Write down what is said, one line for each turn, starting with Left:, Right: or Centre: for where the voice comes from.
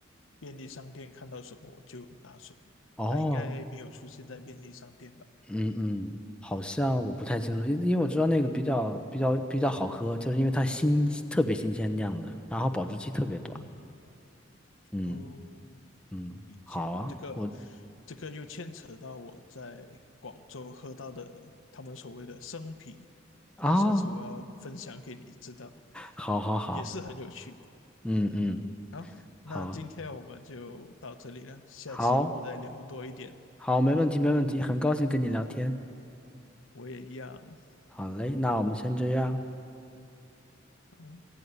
Left: 便利商店看到什么我就拿什么，
Centre: 哦，
Left: 它应该没有出现在便利商店吧？
Centre: 嗯嗯，好像我不太清楚，因因为我知道那个比较比较比较好喝，就是因为它新特别新鲜酿的，然后保质期特别短。
Left: 嗯，
Centre: 嗯
Left: 哦，
Centre: 嗯，
Left: 理解。
Centre: 好啊，
Left: 这个，
Centre: 我
Left: 这个又牵扯到我在广州喝到的他们所谓的生啤，
Centre: 啊，
Left: 那下次我要分享给你知道，
Centre: <laughs> 好好好，
Left: 也是很有趣。
Centre: 嗯嗯，
Left: 好，那今天我们就到这里了，
Centre: 好
Left: 下次我们再聊多一点。
Centre: 好。好，没问题，
Left: 嗯，
Centre: 没问题，很高兴跟你聊天。
Left: 我也一样。
Centre: 好嘞，那我们先这样。
Left: 好